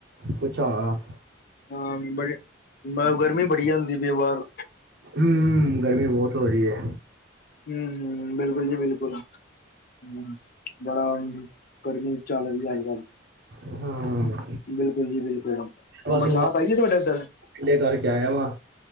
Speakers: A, on the right; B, on the left.
A: ਪੁੱਛਾ ਗਾ।
B: ਹਾਂ ਬੜ, ਮ ਗਰਮੀ ਬੜੀ ਆਂਦੀ ਪਈ ਏ ਬਾਰ।
A: ਹੂੰ, ਗਰਮੀ ਬੋਤ ਹੋ ਰੀ ਏ।
B: ਹੂੰ, ਬਿਲਕੁਲ ਜੀ ਬਿਲਕੁਲ। ਹੂੰ, ਬੜਾ ਗਰਮੀ ਚਾੱਲ ਰੀ ਏ ਆੱਜ-ਕਾੱਲ।
A: ਹੂੰ।
B: ਬਿਲਕੁੱਲ ਜੀ ਬਿਲਕੁੱਲ
A: ਬਸ
B: ਬਰਸਾਤ
A: ਹੁਣ
B: ਆਈ ਏ ਤੁਹਾਡੇ ਉੱਧਰ-
A: ਠੰਡੇ ਕਰਕੇ ਆਇਆ ਵਾਂ।